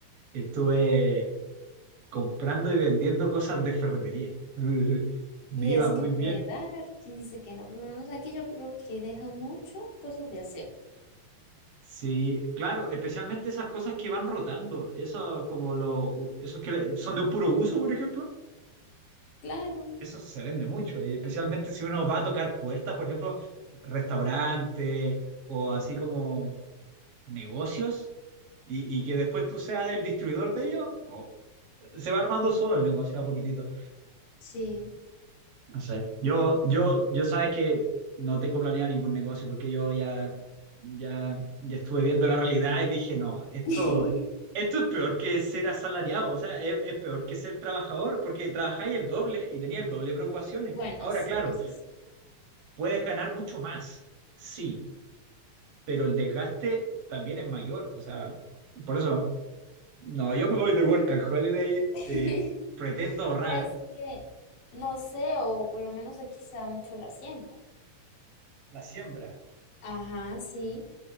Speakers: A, on the right; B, on the left.
A: estuve comprando y vendiendo cosas de ferretería. <laughs> Me
B: Y
A: iba
B: es que
A: muy
B: puede
A: bien.
B: dar, quien dice que no, por lo menos aquí yo creo que dejan mucho cosas de aseo.
A: Sí, claro, especialmente esas cosas que van rotando, eso como lo, esos que son de un puro uso, por ejemplo.
B: Claro,
A: Eso se vende mucho, y especialmente si uno va a tocar puertas, por ejemplo, restaurantes o así como negocios, y, y que después tú seas el distribuidor de ellos, o- se va armando solo el negocio a poquitito.
B: sí.
A: No sé. Yo, yo, yo sabes que no tengo planeado ningún negocio porque yo ya, ya, ya estuve viendo la realidad y dije, no, esto,
B: <laughs>
A: esto es peor que ser asalariado, o sea, es, es peor que ser trabajador, porque trabajáis el doble y tenía el doble de preocupaciones.
B: Bueno,
A: Ahora,
B: sí,
A: claro.
B: eso sí.
A: Puedes ganar mucho más, sí, pero el desgaste también es mayor. O sea, por eso, no, yo me voy de Work and Holiday,
B: <laughs>
A: eh, pretendo ahorrar
B: Pero es que, no sé, o por lo menos aquí se da mucho la siembra.
A: la siembra.
B: Ajá, sí.